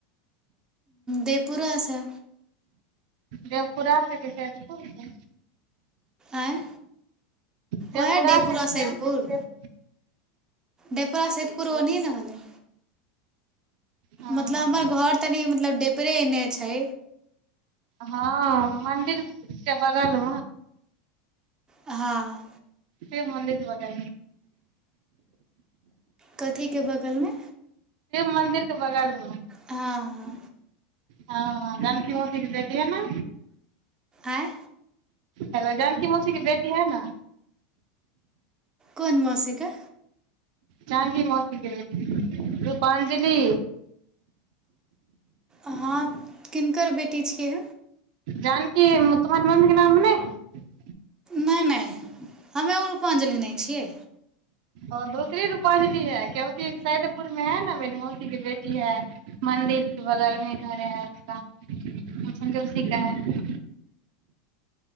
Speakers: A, on the right (about 15°); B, on the right (about 65°).
A: देयपुरा आा
B: देवपुरा छैके छैदपुर से
A: नहि
B: देवपुरा
A: वहडेपुरा
B: से कि
A: सेेदपुर
B: सैदपुर से
A: डेपरा सेदपुर ओन् ने होलै
B: हँ
A: मतलब हमर घर तऽनी मतलब डेपरे एने छै
B: हँ मन्दिर च ब गल
A: हँ
B: से मन्दिर बगै
A: कथीके बगलमे
B: मंदिर के बगलमे
A: हँ
B: हँ नन कीत देैटिय ने
A: आँ
B: हेलो जानकी मौसी की बेटी है ने
A: कोन मासिके
B: ची मस्त रूपाञ्जली
A: अहाँ किनकर बेटी छियै
B: जानकी मु तमान ममी के नाम नहि है
A: नहि नहि हमे ओ रूपाञ्जलि नहि छियै
B: ओ दूसरी रूपांजलि है क्यंकि सैदपुर में है न ब मौसी के बेटी है मंन्दिर के बगल मे घरे है संतोी का है